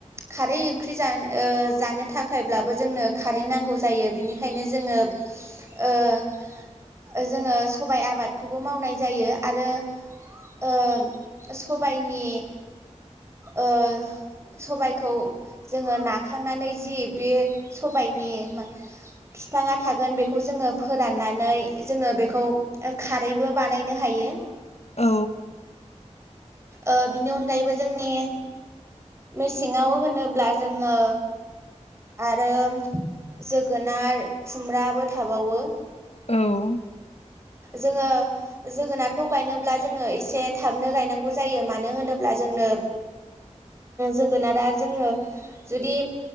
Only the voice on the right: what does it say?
खारै ओंख्रि जान ओ जानो थाखायब्लाबो जोंनो खारै नांगौ जायो बिनिखायनो जोङो ओ जोङो सबाय आबादखौबो मावनाय जायो आरो ओ स' बाइनि ओ सबायखौ जोङो नाखांनानै जि बे सबायनि फिफाङा थागोन बेखौ जोङो फोराननानै जोङो बेखौ खारैबो बानायनो हायो।
ओ बिनि अनगायैबो जोंनि मेसेङाव होनोब्ला जोङो आरो जोगोनार खुमब्राबो थाबावो
जोङो जोगोनारखौ गायनोब्ला जोङो एसे थाबनो गनांगौ जायो मानो होनोब्ला जोंनो जोगोनारा जोङो जुदि